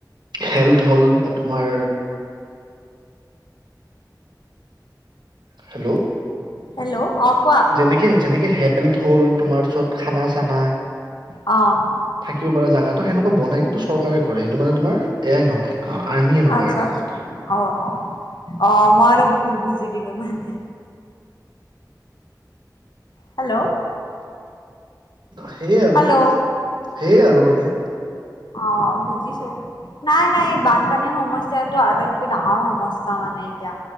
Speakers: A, on the right; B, on the left.
A: হেল্থ হ'ল বা তোমাৰ হেল্ল'
B: হেল্ল' অ কোৱা
A: যেনেকে যেনেকে হেল্থ হ'ল তোমাৰ য'ত খানা চানা
B: অ',
A: থাকিব পৰা জাগা তো সেনেকা বনাই দিটুছু চৰকাৰে কৰে সেইটো মানে তোমাৰ এয়াই নহয় অ আৰ্মিয়ে নকৰে
B: আচ্ছা
A: তাৰমানে।
B: আচ্ছা অ অ অ অ মই অলপ ভুল বুজি দিলোঁ মানে। হেল্ল'
A: সেইয়ে আৰু
B: হেল্ল'
A: সেইয়ে আৰু মানে।
B: অ বুজিছোঁ। নাই নাই এই বানপানীৰ সমস্যাটো আটাইতকৈ ডাঙৰ সমস্যা মানে এতিয়া।